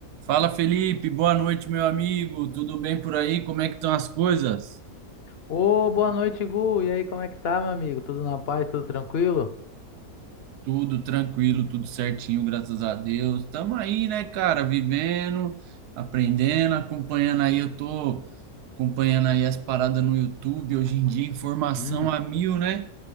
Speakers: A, on the right; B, on the left.
A: Fala Felipe, boa noite, meu amigo. Tudo bem por aí? Como é que estão as coisas?
B: Ô, boa noite, Gu. E aí, como é que tá, meu amigo? Tudo na paz, tudo tranquilo?
A: Tudo tranquilo, tudo certinho, graças a Deus. Tamo aí, né, cara, vivendo, aprendendo, acompanhando aí. Eu tô acompanhando aí as paradas no YouTube. Hoje em dia, informação
B: Hum,
A: a mil, né?